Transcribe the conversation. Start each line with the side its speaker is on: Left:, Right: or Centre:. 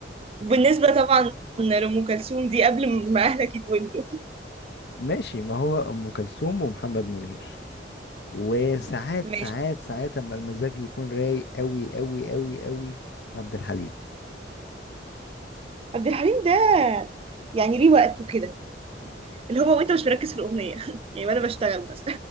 Right: وبالنسبة طبعا لأم كلثوم دي قبل ما أهلك يتولوا
Left: ماشي ما هو ام كلثوم ومحمد منير وساعات
Right: ماشي
Left: ساعات ساعات اما المزاج يكون رايق قوي قوي قوي قوي عبد الحليم
Right: عبد الحليم ده يعني ليه وقته كده اللي هو وانت مش مركز في الأغنية <laughs> يعني وأنا بشتغل بس